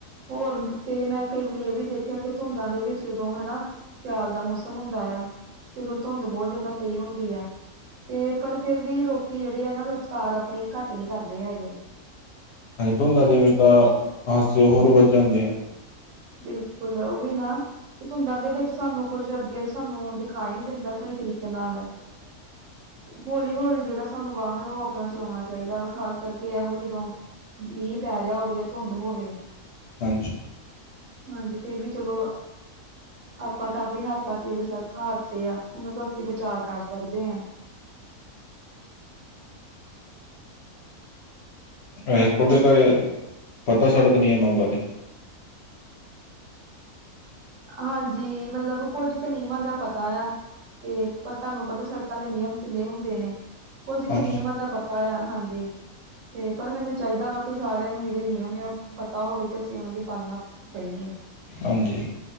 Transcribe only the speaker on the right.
ਹੋਰ ਤੇ ਮੈਂ ਕਈ ਵਾਰੀ ਇਹ ਵੀ ਦੇਖਿਆ ਕਿ ਧੁੰਦਾਂ ਦੇ ਵਿੱਚ ਜਦੋਂ ਹਨਾ ਸਿਆਲ ਦਾ ਮੌਸਮ ਹੁੰਦਾ ਆ, ਤੇ ਉਦੋਂ ਧੁੰਦ ਬਹੁਤ ਜ਼ਿਆਦਾ ਪਈ ਹੁੰਦੀ ਆ। ਤੇ ਪਰ ਫੇਰ ਵੀ ਲੋਕੀ ਜਿਹੜੇ ਆ ਨਾ ਰਫਤਾਰ ਆਪਣੇ ਘੱਟ ਨੀ ਕਰਦੇ ਹੈਗੇ।
ਬਿਲਕੁਲ ਉਹੀ ਨਾ, ਧੁੰਦਾਂ ਦੇ ਵਿੱਚ ਸਾਨੂੰ ਕੁੱਝ ਅੱਗੇ ਸਾਨੂੰ ਦਿਖਾਈ ਨੀ ਦਿੰਦਾ ਸਹੀ ਤਰੀਕੇ ਨਾਲ।
ਹੌਲੀ-ਹੌਲੀ ਜਿਹੜਾ ਸਾਨੂੰ ਵਾਹਨ ਉਹ ਆਪਣਾ ਚਲਾਉਣਾ ਚਾਹੀਦਾ ਵਾ ਖ਼ਾਸ ਕਰਕੇ ਇਹੋ ਜਦੋਂ ਮੀਂਹ ਪੈ ਰਿਹਾ ਹੋਵੇ ਜਾਂ ਧੁੰਦ ਹੋਵੇ
ਹਾਂਜੀ ਫੇਰ ਵੀ ਚਲੋ ਆਪਾਂ ਕਾਫ਼ੀ ਹੱਦ ਤੱਕ ਜਿਹੜੇ ਸੜਕ ਹਾਦਸੇ ਆ ਉਹਨਾਂ ਤੋਂ ਅਸੀਂ ਬਚਾਅ ਕਰ ਸਕਦੇ ਹਾਂ।
ਹਾਂਜੀ ਮਤਲਬ ਕੁੱਝ ਕੁ ਨਿਯਮਾਂ ਦਾ ਪਤਾ ਆ। ਤੇ ਪਰ ਤੁਹਾਨੂੰ ਪਤਾ ਸੜਕਾਂ ਦੇ ਨਿਯਮ ਕਿੰਨੇ ਹੁੰਦੇ ਨੇ, ਕੁੱਝ ਕੁ
ਨਿਯਮਾਂ ਦਾ ਪਤਾ। ਪਤਾ ਆ ਹਾਂਜੀ। ਤੇ ਪਰ ਮੈਨੂੰ ਚਾਹੀਦਾ ਵਾ ਕਿ ਸਾਰਿਆਂ ਨੂੰ ਜਿਹੜੇ ਨਿਯਮ ਆ ਉਹ ਪਤਾ ਹੋਵੇ ਤੇ ਅਸੀਂ ਉਹਨਾਂ ਦੀ ਪਾਲਣਾ ਕਰੀਏ।